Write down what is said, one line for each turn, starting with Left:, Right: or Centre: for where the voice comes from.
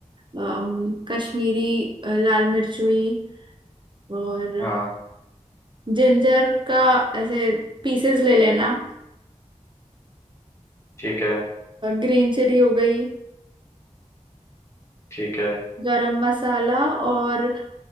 Right: अम, कश्मीरी अ, लाल मिर्च हुई और
Left: हाँ
Right: जिंजर का ऐसे पीसेस ले लेना
Left: ठीक है
Right: ग्रीन चिली हो गई
Left: ठीक है
Right: गरम मसाला और